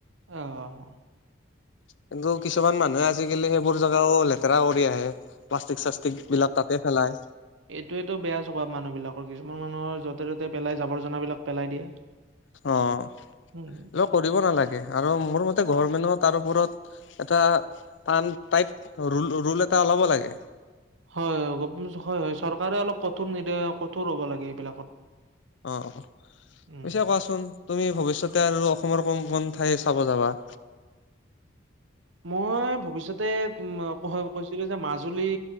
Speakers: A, on the right (about 70°); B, on the left (about 60°).
A: অঁ।
B: কিন্তু কিছুমান মানুহে আজিকালি সেইবোৰ জেগাও লেতেৰা কৰি আহে। প্লাষ্টিক, চাষ্টিকবিলাক তাতে পেলায়।
A: এইটোৱেতো বেয়া স্বভাৱ মানুহবিলাকৰ। কিছুমান মানুহৰ য'তে-ত'তে পেলাই জাৱৰ-জনাবিলাক পেলাই দিয়ে।
B: অ' এইবিলাক
A: উম
B: কৰিব নালাগে, আৰু মোৰ মতে গভৰমেন্টত তাৰ ওপৰত এটা টান-টাইট ৰুল ৰুল এটা ওলাব লাগে।
A: হয় <unintelligible> হয় হয়, চৰকাৰে অলপ কঠোৰ নিৰ্দেশ কঠোৰ হ'ব লাগে। এইবিলাকত
B: অ' পিছে
A: উম
B: কোৱাচোন? তুমি ভৱিষ্যতে আৰু অসমৰ কোন কোন ঠাই চাব যাবা?
A: মই ভৱিষ্যতে কৈছিলোঁ যে মাজ জুলী